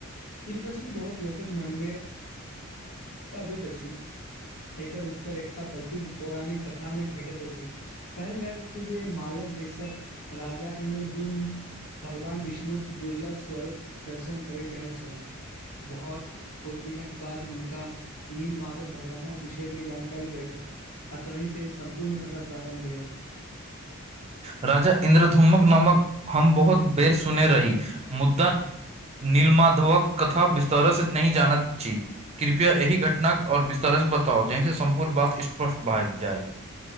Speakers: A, on the left; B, on the right.
A: ई प्रश्न बहुत लोकक मन में अबैत अछि। एकर उत्तर एकटा प्रसिद्ध पौराणिक कथा में भेटत अछि। कहल जाइत रहल छै जे मालक देशक राजा इन्द्रद्युम्न भगवान विष्णुक दुर्लभ स्वरूप दर्शन करय चाहैत छलाह बहौत खोजबिनक बाद हुनका नील माधव भगवानक विषयमे जानकारी भेटल। आ तोहिं से सम्पूर्ण कथा प्रारम्भ भेल।
B: राजा इन्द्रधूमक नामक हम बहुत बेर सुने रही मुद्दा नीलमाधवक कथा विस्तरऽस नहि जानत छी। कृप्या एहि घटनाके और विस्तारऽस बताउ जहिसँ सम्पूर्ण बात स्पष्ट भए जाय।